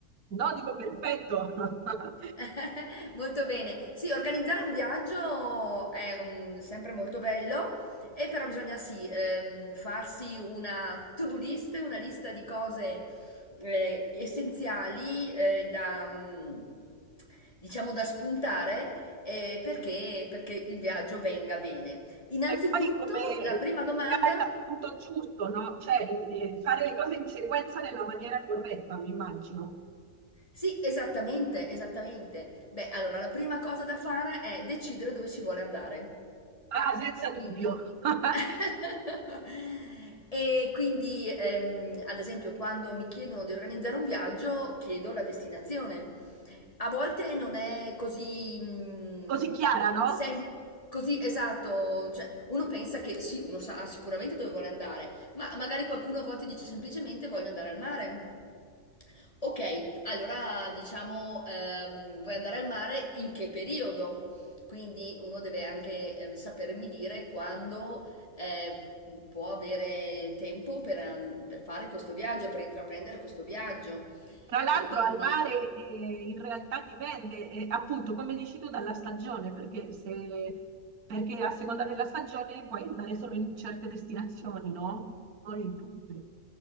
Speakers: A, on the right; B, on the left.
A: No, dico perfetto. <laughs>
B: <laughs> Molto bene. Sì, organizzare un viaggio è mm, sempre molto bello, e però bisogna sì, ehm, farsi una to-do list, una lista di cose eh, essenziali eh, da, mm, diciamo, da spuntare eh, perché, perché il viaggio venga bene. Innanzitutto,
A: E poi come
B: la prima domanda
A: dare dal punto giusto, no? Cioè, in- eh, fare le cose in sequenza nella maniera corretta, mi immagino.
B: Sì, esattamente, esattamente. Beh, allora la prima cosa da fare è decidere dove si vuole andare.
A: Ah, ah, senza
B: Quindi,
A: dubbio. <laughs>
B: <laughs> e quindi ehm, ad esempio, quando mi chiedono di organizzare un viaggio, chiedo la destinazione. A volte non è così, mm,
A: Così chiara, no?
B: sem- così esatto. Cioè, uno pensa che sì, uno sa sicuramente dove vuole andare, ma magari qualcuno a volte dice semplicemente voglio andare al mare. Ok, allora diciamo, ehm, vuoi andare al mare in che periodo? Quindi uno deve anche eh, sapermi dire quando eh, può avere tempo per, an- per fare questo viaggio, per intraprendere questo viaggio.
A: Tra l'altro
B: E quindi
A: al mare eh, in realtà dipende, eh, appunto, come dici tu, dalla stagione, perché se... perché a seconda della stagione puoi andare solo in certe destinazioni, no? Non in tutte.